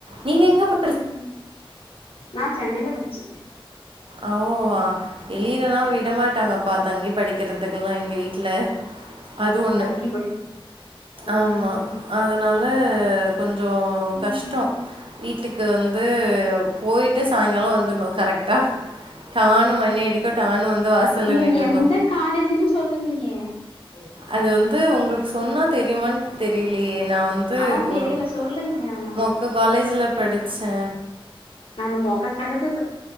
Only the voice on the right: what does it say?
நீங்க எங்க ப
அவ்வா வெளிலல்லா விடமாட்டாங்கப்பா தங்கி படிக்றதுகெல்லா எங்க வீட்ல அது ஒன்னு
ஆமா அதனால கொஞ்சோ கஷ்டோ
வீட்டுக்கு வந்து போயிட்டு சாய்ங்காலோ வந்துர்ணு கரெக்டா டானு மணி அடிக்கு டானு வந்து வாசல்ல
நின்றிணு
அது வந்து உங்களுக் சொன்னா தெரியுமானு தெரியலையே நா வந்து
ஒரு
மொக்க காலேஜில படிச்செ